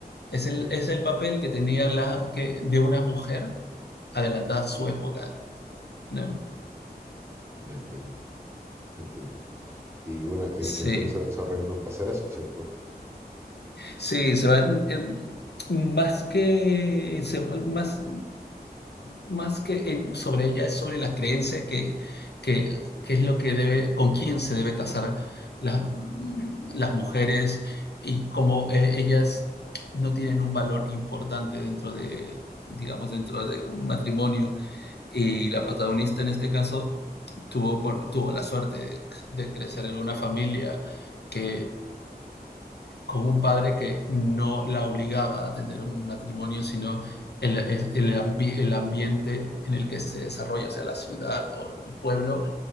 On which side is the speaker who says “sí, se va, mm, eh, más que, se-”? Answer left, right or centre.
Left